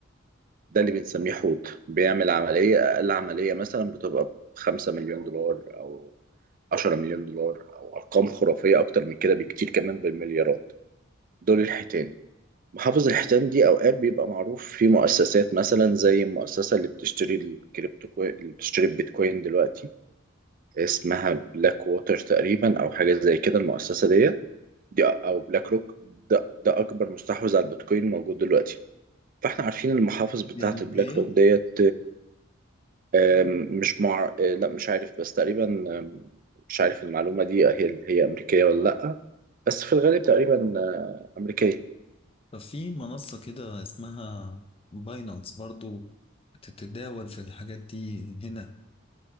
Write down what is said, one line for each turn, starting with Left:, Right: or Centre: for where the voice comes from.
Right: ده اللي بنسميه حوت بيعمل عملية أقل عملية مثلا بتبقى بخمسة مليون دولار أو عشرة مليون دولار أو أرقام خرافية أكتر من كده بكتير كمان بالمليارات دول الحيتان محافظ الحيتان دي أوقات بيبقى معروف في مؤسسات مثلا زي المؤسسة اللي بتشتري الكريبتو كوين اللي بتشتري البيتكوين دلوقتي اسمها بلاك ووتر تقريبا أو حاجة زي كده المؤسسة ديت دي أو بلاك روك ده, ده أكبر مستحوذ على البيتكوين موجود دلوقتي فاحنا عارفين المحافظ بتاعت
Left: دي امريكيه
Right: البلاك روك ديت آم، مش مع آه، لا مش عارف بس تقريبا آم، مش عارف المعلومة دي هي هي أمريكية ولا لأ بس في الغالب تقريبا آه، أمريكية
Left: طب في منصة كده اسمها باينانس برضو بتتداول في الحاجات دي هنا